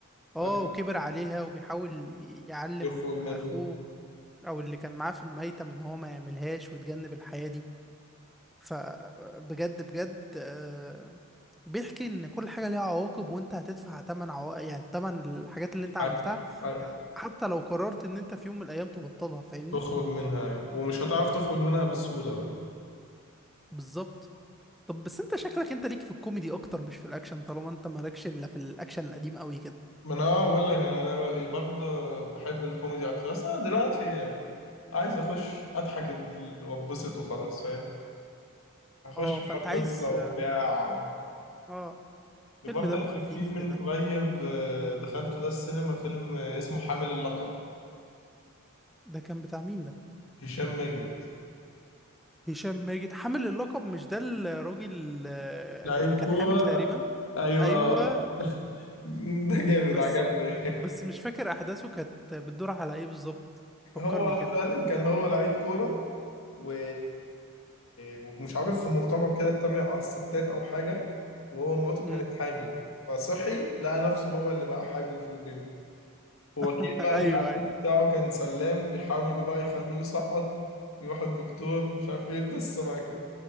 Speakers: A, in the centre; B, on the left.
A: اه
B: أيوة،
A: وكبر عليها وبيحاول يعلم
B: يخرج منها
A: أخوه أو اللي كان معاه في الميتم إن هو ما يعملهاش ويتجنب الحياة دي فبجد بجد آه، بيحكي ان كل حاجه ليها عواقب وانت هتدفع تمن عوا... يعني تمن الحاجات اللي انت عملتها
B: عادي عادي
A: حتى لو قررت ان انت في يوم من الايام تبطلها فاهمني
B: يخرج منها أيوة. ومش هتعرف تخرج منها بسهولة بقى
A: بالظبط طب بس انت شكلك انت ليك في الكوميدي اكتر مش في الاكشن طالما انت مالكش الا في الاكشن القديم قوي كده
B: ما انا اه بقول لك يعني انا برضه بحب الكوميدي اكتر بس انا دلوقتي يعني عايز اخش اضحك ال- واتبسط وخلاص فاهم هخش
A: اه
B: بقى
A: فانت عايز
B: قصة وبتاع
A: اه
B: برضه
A: فيلم دمه
B: يعني
A: خفيف
B: في من
A: كده
B: قريب آه، دخلته ده السينما فيلم آه، اسمه حامل اللقب
A: ده كان بتاع مين ده
B: هشام ماجد
A: هشام ماجد حامل اللقب مش ده الراجل آه،
B: لعيب
A: اللي كان
B: كورة
A: حامل تقريبا
B: ايوه
A: ايوه
B: <laughs> ده جامد
A: بس
B: عجبني
A: بس مش فاكر احداثه كانت بتدور على ايه بالظبط فكرني
B: هو
A: كده
B: فعلا كان هو لعيب كورة و... ومش عارف في مؤتمر كده اتريق على الستات أو حاجة وهو مراته
A: امم
B: كانت حامل فصحي لقى نفسه هو اللي بقى حامل في البيبي ووكيل
A: <laughs> ايوه
B: بقى العيال
A: ايوه
B: بتاعه كان سلام بيحاولوا بقى يخلوه يسقط يروح الدكتور مش عارف ايه قصة بقى كده